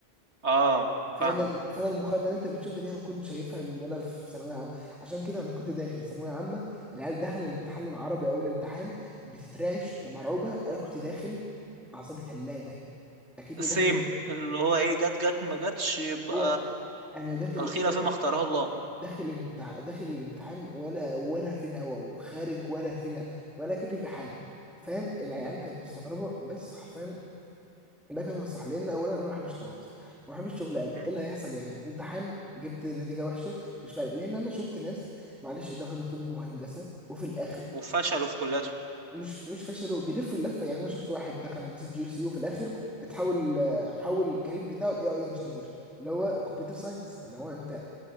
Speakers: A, on the right; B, in the centre.
A: اه
B: فانا
A: فاهمك
B: فانا المقارنه اللي انت بتشوفها دي انا كنت شايفها من وانا في ثانويه عامه عشان كده انا كنت داخل ثانويه عامه العيال داخله الامتحان العربي اول امتحان بتترعش ومرعوبه انا كنت داخل اعصابي ثلاجه اكني
A: السيم
B: داخل
A: اللي هو ايه جت جت ما جتش يبقى
B: هو انا داخل
A: الخيرة
B: داخل
A: فيما اختاره الله
B: داخل امتح... داخل الامتحان ولا ولا في الهوا وخارج ولا في الهوا ولا كل في حاجه فاهم العيال كانت مستغربه بس حرفيا ده كان الصح لان اولا انا ما بحبش التوتر ما بحبش شغل قلق ايه
A: مم.
B: اللي هيحصل يعني امتحان جبت نتيجه وحشه مش فارق لان انا شفت ناس معلش دخلوا طب وهندسه وفي الاخر
A: وفشلوا في كليته
B: مش مش فشلوا بيلفوا اللفه يعني انا شفت واحد دخل هندسه جي سي وفي الاخر اتحول حول الكارير بتاعه لاي اي انجينير اللي هو كمبيوتر ساينس اللي هو انت